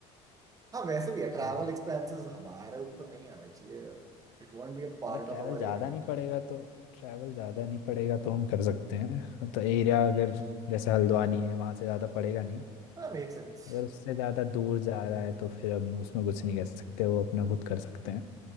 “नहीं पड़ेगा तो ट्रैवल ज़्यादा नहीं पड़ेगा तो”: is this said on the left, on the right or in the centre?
Left